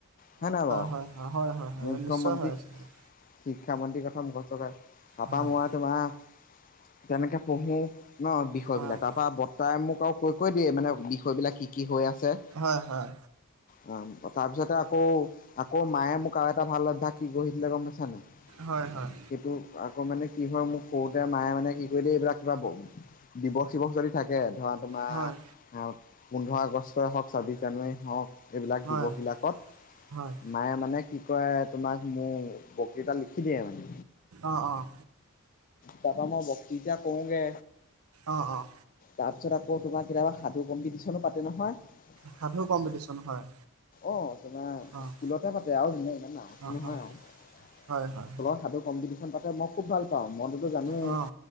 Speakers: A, on the left; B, on the right.
A: হয় নহয় বাও হ
B: হয়, হয়, হয়, হয়, হয়
A: মুখ্যয়মন্ত্ৰী
B: নিশ্চয় হয় আচলতে, হয়,
A: শিক্ষা মন্ত্ৰীৰ কথা মুখস্থ কৰে টাপা
B: হয়।
A: মোৰ তোমাৰ কেনেকে পঢ়ো ন' বিষয়
B: হয়,
A: বিলাক, তাৰ পৰা বৰ্তাই মোক আৰু কৈ কৈ দিয়ে, মানে বিষয় বিলাক কি কি হৈ আছে।
B: হয়, হয়।
A: উম। অঁ, তাৰপিছতে আকৌ, আকৌ মায়ে মোক আৰু এটা ভাল অভ্যাস কি গঢ়ি দিলে গম পাইছানে নাই?
B: হয় হয়।
A: সেইটো আকৌ মানে কি হয় মোক সৰুতে মায়ে মানে কি কৰিলে এইবিলাক কিবা, দিৱস-চিৱস যদি থাকে, ধৰা তোমাৰ
B: হয়,
A: আহ, পোন্ধৰ আগষ্টই হওক, ছাব্বিশ জানুৱাৰী হওক, এইবিলাক
B: হয়,
A: দিৱস বিলাকত
B: হয়,
A: মায়ে মানে কি কৰে, তোমাক মোৰ কেইটা লিখি দিয়ে মানে,
B: অ', অ',
A: তাৰাপৰা মই বক্তিতা কৰওঁগে
B: অ', অ',
A: তাৰপিছত আকৌ তোমাৰ কেতিয়াবা সাধু কম্পিটিশনো পাতে নহয়।
B: সাধু কম্পিটিশ্যন হয়।
A: অ' তোমাৰ
B: অ',
A: স্কুলতে পাতে আৰু ইনে ইমান ডাঙৰ কে
B: অ',
A: নহয়
B: অ',
A: আৰু।
B: হয়, হয়।
A: স্কুলত সাধু কম্পিটিশ্যন পাতে মই খুব ভাল পাওঁ, মইতোতো জানোৱেই।
B: অ',